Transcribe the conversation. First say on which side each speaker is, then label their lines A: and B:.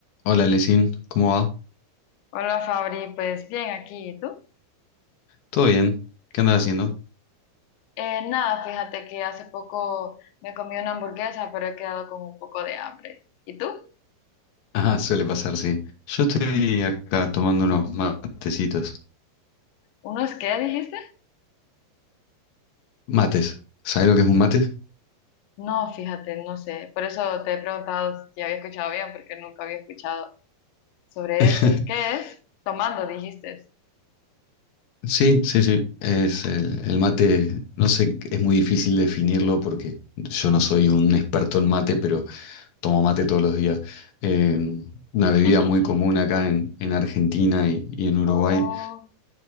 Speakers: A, on the left (about 65°); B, on the left (about 80°).
A: Hola, Lesin, ¿cómo va?
B: Hola Fabri, pues bien aquí, ¿y tú?
A: ¿Todo bien? ¿Qué andas haciendo?
B: Eh, nada, fíjate que hace poco me comí una hamburguesa, pero he quedado con un poco de hambre. ¿Y tú?
A: Ah, suele pasar, sí. Yo estoy acá tomando unos matecitos.
B: ¿Unos qué dijiste?
A: Mates. ¿Sabes lo que es un mate?
B: No, fíjate, no sé. Por eso te he preguntado si había escuchado bien, porque nunca había escuchado sobre
A: <laughs>
B: eso. ¿Qué es? Tomando, dijiste.
A: Sí, sí, sí. Es el, el mate, no sé, es muy difícil definirlo porque yo no soy un experto en mate, pero tomo mate todos los días. Eh, una bebida
B: <laughs>
A: muy común acá en, en Argentina y, y en Uruguay
B: Oh,